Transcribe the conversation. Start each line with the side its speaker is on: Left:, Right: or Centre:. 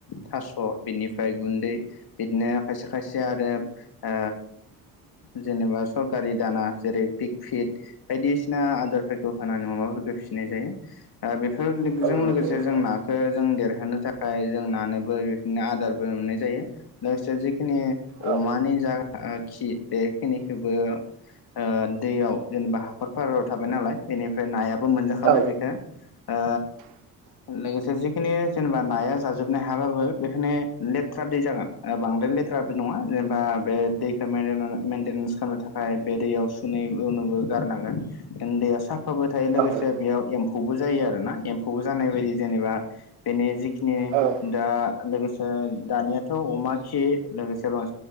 Left: थास' बिनिफ्राय गुन्दै बिदिनो खायसे खायसे आरो ओ जेनेबा सरकारि दाना जेरै पिक फिट बायदिसिना आदारफोरखौ होनानै अमाफोरखौ फिसिनाय जायो ओ बेफोरजों
Right: औ
Left: लोगोसे
Right: नंगौ नोंथां
Left: जों नाखौ जों देरहोनो थाखाय जों नानोबो बेफोरनो आदारबो मोननाय जायो लोगोसे जिखिनि
Right: औ
Left: अमानि जा खि बे खिनिखोबो ओ दैयाव जेनेबा हाखरफोराव थाबाय नालाय बेनिफ्राय नाया बो मोनजाखाबाय
Right: औ
Left: बेखो ओ लोगोसे जिखिनि जेनेबा नाया जाजोबनो हायाबाबो बेखिनो लेथ्राादै जागोन बांद्राय लेथ्राबो नङा। जेनेबा बे दैखौ मिदादा मेेनटेनेन्स खामनो थाखाय बे दैयाव सुनै हेनुबो गारनांगोन इन दैया सा फाबो थायो लोगोसे
Right: औ औ
Left: बेयाव एम खौबो जायो आरोना एम्फौबो जानाय बायदि जेनेबा बेनि जि खिनि
Right: औ औ
Left: दा आरो लोगोसे दानियाथ' अमा खि लोगोसे बां